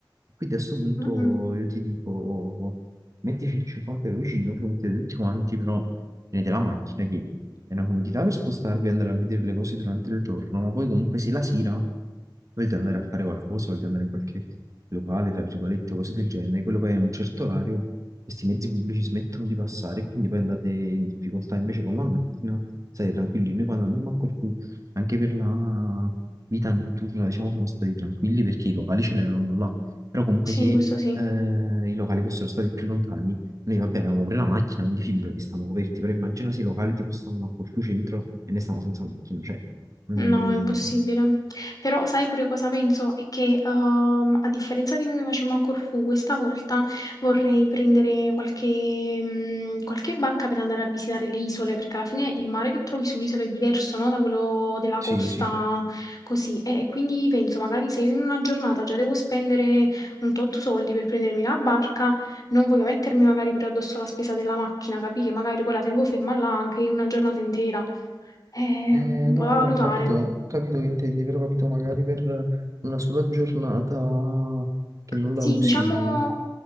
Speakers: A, on the right; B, on the left.
A: Quindi a questo punto
B: mm, mm.
A: io ti dico mettici il 50 euro vicino, ci mettete tutti quanti, però tenete la macchina che è una comodità per spostarvi e andare a vedere le cose durante il giorno, ma poi comunque se la sera volete andare a fare qualcosa, volete andare in qualche locale, tra virgolette, cose del genere, quello poi a un certo orario questi mezzi pubblici smettono di passare e quindi poi andate in difficoltà invece con la macchina, state tranquilli. Noi quando andammo a Corfù, anche per la vita notturna, diciamo, siamo stati tranquilli perché i locali ce l'avevamo là. Però comunque
B: Sì,
A: se
B: questo sì.
A: eh, i locali fossero stati più lontani. Noi, va bene, avevamo pure la macchina, quindi figurati, stavamo coperti, però immagina se i locali tipo stavano a Corfu Centro e ne stavamo senza macchina, cioè... mm,
B: No, è impossibile. Però sai pure cosa penso? È che ehm, a differenza di come facevamo a Corfù, questa volta vorrei prendere qualche, mm, qualche barca per andare a visitare le isole, perché alla fine il mare che trovi sull'isola è diverso, no? Da quello della
A: sì,
B: costa
A: sì.
B: così. E, e quindi penso, magari se io in una giornata già devo spendere un tot soldi per prendermi la barca, non voglio mettermi magari pure addosso la spesa della macchina, capì? Che magari poi la tengo ferma là anche una giornata intera. Eh,
A: Eh,
B: È un
A: no,
B: po' da
A: no,
B: valutare.
A: ho capito, ho capito che intendi, però ho capito magari per una sola giornata che non
B: Sì,
A: la usi,
B: diciamo,